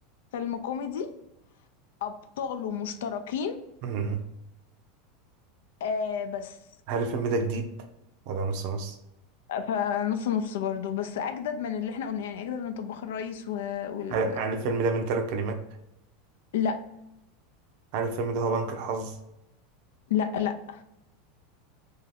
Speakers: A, on the left (about 80°); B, on the right (about 60°).
A: فيلم كوميدي ابطاله مشتركين
B: مم.
A: آه بس
B: هل الفيلم ده جديد ولا نص نص
A: فنص نص برضو بس اجدد من اللي احنا قلنا يعني اجدد من طباخ الريس و... وال...
B: هل,
A: و...
B: هل الفيلم ده من ثلاث كلمات
A: لا
B: هل الفيلم ده هو بنك الحظ
A: لا لا